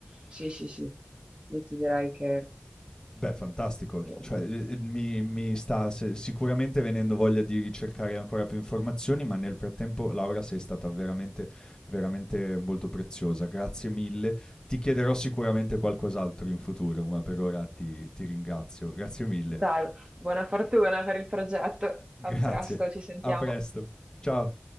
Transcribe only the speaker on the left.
Beh, fantastico,
cioè, ehm, mi mi sta se sicuramente venendo voglia di ricercare ancora più informazioni, ma nel frattempo, Laura, sei stata veramente, veramente molto preziosa. Grazie mille. Ti chiederò sicuramente qualcos'altro in futuro, ma per ora ti ti ringrazio. Grazie mille.
Grazie.
A presto. Ciao.